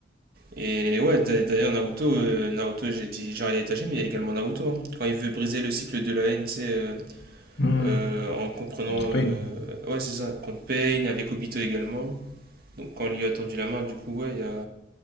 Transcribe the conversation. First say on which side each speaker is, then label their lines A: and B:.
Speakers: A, on the right; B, on the left.
A: et ouais, d'a- d'ailleurs, Naruto, euh, Naruto, j'ai dit Jiraiya Itachi, mais il y a également Naruto. hein. Quand il veut briser le cycle de la haine, tu sais, euh,
B: Hmm.
A: euh, en comprenant.
B: Contre
A: euh,
B: Pain.
A: ouais, c'est ça, contre Pain, avec Obito également. Donc quand il lui a tendu la main, du coup, ouais, il y a.